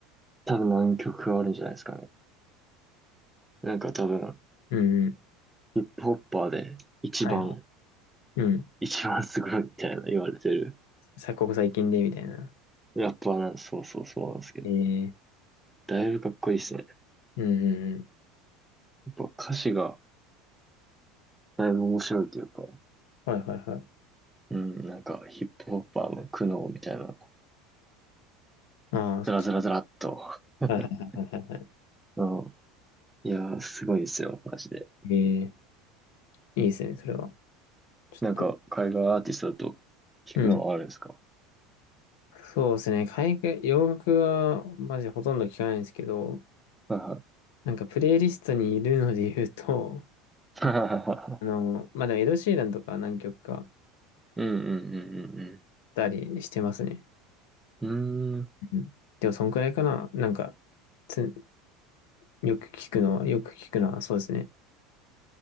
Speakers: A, in the centre; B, on the left.
A: 多分何曲かあるんじゃないですかね。なんか多分、
B: うんうん。
A: ヒップホッパーで一番
B: はいはい。うん。
A: 一番すごいみたいな言われてる。
B: さ、ここ最近で、みたいな。
A: やっぱな、そうそうそうなんですけど。
B: え
A: だいぶかっこいいですね。や
B: ーうんうんうん。
A: っぱ歌詞がだいぶ面白いというか、
B: はいはいはい。
A: うん、なんかヒップホッパーの苦悩みたいな、
B: ああ、は
A: ずらずらずらっと。<laughs>
B: いはいはいはいは
A: うんいやー、すごいですよ、マジで。
B: い。えーいいですね、それは。ちょっと。
A: なんか、海外アーティストだと聞くのはあるんですか
B: うん。そうですね。海外、洋楽は、マジほとんど聞かないんですけど、
A: はい
B: なんか、プレイリストにいるので言うと、
A: は
B: あの、まあ、でも、エド・シーランとか何曲か、
A: い。<laughs> うんうんうん
B: たりしてますね。
A: うんうん。うーん。
B: うんでも、そんくらいかな。なんか、つ、よく聞くのは、よく聞くのは、そうですね。